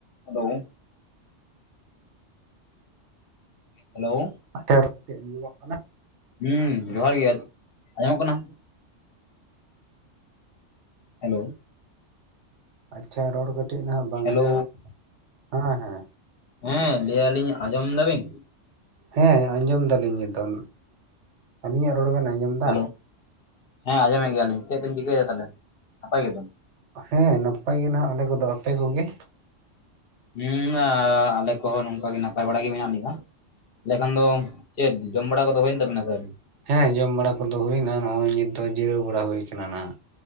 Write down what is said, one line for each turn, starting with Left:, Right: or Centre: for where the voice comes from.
Left: Hello. Hello.
Right: <unintelligible> ᱠᱟᱹᱴᱤᱡ ᱟᱸᱡᱚᱢᱚᱜ ᱠᱟᱱᱟ᱾
Left: ᱦᱩᱸ ᱡᱚᱦᱟᱨ ᱜᱮ ᱟᱸᱡᱚᱢᱚᱜ ᱠᱟᱱᱟ? ᱦᱮᱞᱳ᱾
Right: ᱟᱪᱪᱷᱟ ᱨᱚᱲ ᱠᱟᱹᱴᱤᱡ ᱱᱟᱦᱟᱸᱜ ᱵᱟᱝ
Left: ᱦᱮᱞᱳ
Right: ᱟᱸᱡᱚᱢᱚᱜ ᱠᱟᱱᱟ ᱦᱮᱸ ᱦᱮᱸ᱾
Left: ᱦᱮᱸ ᱞᱟᱹᱭᱭᱟᱞᱤᱧ ᱟᱸᱡᱚᱢ ᱫᱟ ᱵᱤᱱ?
Right: ᱦᱮᱸ ᱟᱸᱡᱚᱢ ᱫᱟᱞᱤᱧ ᱧᱤᱛᱚᱝ ᱟᱞᱤᱧᱟᱜ ᱨᱚᱲ ᱵᱮᱱ ᱟᱸᱡᱚᱢ ᱫᱟ?
Left: ᱦᱮᱞᱳ ᱦᱮᱸ ᱟᱸᱡᱚᱢᱮᱫ ᱜᱮᱭᱟᱞᱤᱧ ᱪᱮᱫ ᱵᱮᱤᱱ ᱪᱤᱠᱟᱹᱭᱮᱫᱟ, ᱛᱟᱦᱚᱞᱮ ᱱᱟᱯᱟᱭ ᱜᱮᱛᱚ?
Right: ᱦᱮᱸ ᱱᱟᱯᱟᱭ ᱜᱮ ᱱᱟᱦᱟᱸᱜ ᱟᱞᱮ ᱠᱚᱫᱚ, ᱟᱯᱮ ᱠᱚᱜᱮ?
Left: ᱦᱩᱸ ᱟ ᱟᱞᱮ ᱠᱚᱦᱚᱸ ᱱᱚᱝᱠᱟᱟᱜᱮ ᱱᱟᱯᱟᱭ ᱵᱟᱲᱟ ᱜᱮ ᱢᱮᱱᱟᱜ ᱞᱮᱭᱟ᱾ ᱛᱟᱦᱮᱞᱮ ᱠᱷᱟᱱ ᱫᱚ ᱪᱮᱫ ᱡᱚᱢ ᱵᱟᱲᱟ ᱠᱚᱫᱚ ᱦᱩᱭᱮᱱ ᱛᱟᱵᱤᱱᱟ ᱥᱮ ᱟᱣᱨᱤ?
Right: ᱦᱮᱸ ᱡᱚᱢ ᱵᱟᱲᱟ ᱠᱚᱫᱚ ᱦᱩᱭᱱᱟ ᱱᱚᱭᱚᱭ ᱱᱤᱛ ᱫᱚ ᱡᱤᱨᱟᱹᱣ ᱵᱟᱲᱟ ᱦᱩᱭ ᱠᱟᱱᱟ ᱱᱟᱱᱟᱜ,